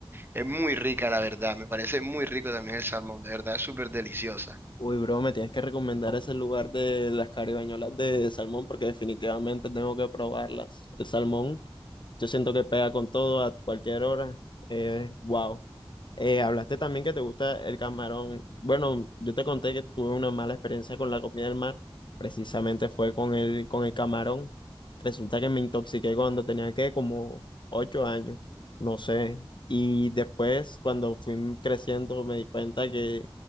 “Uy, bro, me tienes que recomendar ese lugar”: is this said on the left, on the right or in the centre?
Left